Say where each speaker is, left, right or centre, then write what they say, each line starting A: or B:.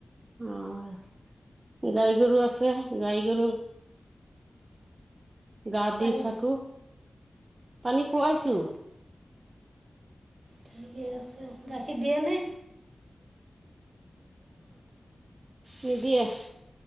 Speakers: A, on the right; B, on the right.
A: আহ গাই গৰু আছে গাই গৰু। গা
B: পানী
A: দি থাকো পানী খোৱাইছো।
B: ঠিকে আছে গাখীৰ দিয়ে নে?
A: নিদিয়ে।